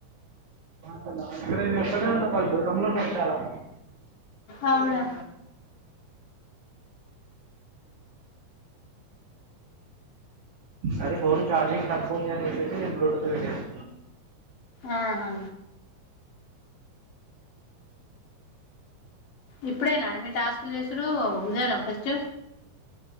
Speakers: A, on the right (about 45°); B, on the left (about 70°).
A: బ ఇక్కడ నే ఎక్కడనే ఉన్నా వాళ్ళు దూరంలో ఉన్నారు చాలా
B: అవునా
A: నాది ఫోన్ ఛార్జింగ్ తక్కువ ఉంది అని చెప్పేసి నేను బ్లూటూత్ పెట్టేసుకున్నా.
B: ఆ హా ఇప్పుడేనా మీ టాస్ జేసుడు ఇదేనా ఫస్ట్